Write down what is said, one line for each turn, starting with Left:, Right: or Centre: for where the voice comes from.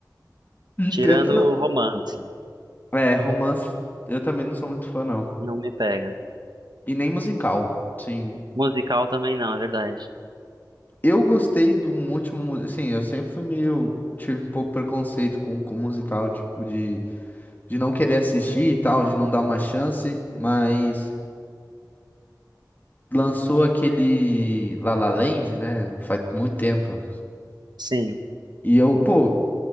Left: Entendo.
Right: Tirando
Left: Não.
Right: o romance,
Left: É, romance eu também não sou muito fã, não.
Right: não me pega.
Left: E nem musical, sim.
Right: Musical também não, é verdade.
Left: Eu gostei de um último. mu- Assim, eu sempre fui meio. Tive um pouco preconceito com, com musical, tipo, de, de não querer assistir e tal, de não dar uma chance, mas lançou aquele La La Land, né? Faz muito tempo.
Right: Sim.
Left: E eu, pô,